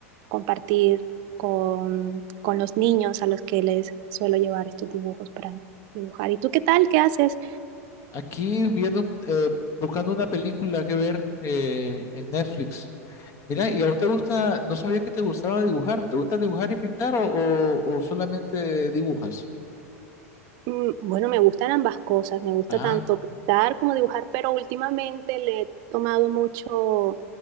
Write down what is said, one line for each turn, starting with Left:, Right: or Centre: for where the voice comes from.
Right: compartir con, con los niños a los que les suelo llevar estos dibujos para dibujar. ¿Y tú qué tal? ¿Qué haces?
Left: Aquí viendo, un- eh, buscando una película que ver eh, en Netflix. Mira, ¿y a vos te gusta, no sabía que te gustaba dibujar? ¿Te gusta dibujar y pintar o, o- o solamente dibujas?
Right: Mm, Bueno, me gustan ambas cosas, me gusta
Left: Ah,
Right: tanto pintar como dibujar, pero últimamente le he tomado mucho